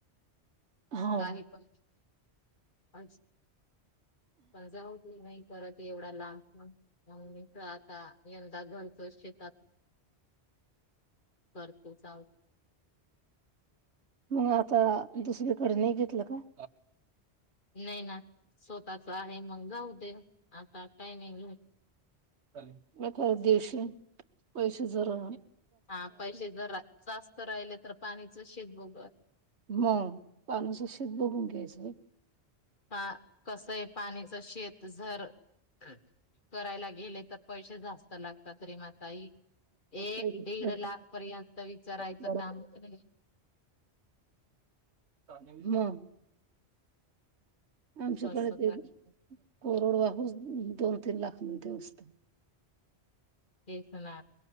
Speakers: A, on the right; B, on the left.
A: हो.
B: काही पण <unintelligible> पण जाऊ ते नाही परत एवढा ल <unintelligible> ममीच आता, यंदा घरचोर शेतात करतो चाव
A: मग आता, दुसरीकडे नाही घेतलं का?
B: नाही ना, स्वतःच आहे मग जाऊ दे, आता काही नाही घे
A: <unintelligible> दिवशी पैसे जरा
B: हा, पैसे जरा जास्त राहिले, तर पाणीच शेेत बघ
A: हम, पाणीच शेत बघून घ्यायचं.
B: पा कसय पाणीच शेत, जर करायला गेले तर पैसे जास्त लागतात, रेमातई. एक,
A: पहिले
B: दीड लाख पर्यंत विचारायचं
A: मग
B: कामच नाही.
A: म <inaudible> आमच्याकडे
B: तस
A: ते,
B: तर
A: कोरड वाहुस दोन तीन लाखमध्ये असत.
B: तेच ना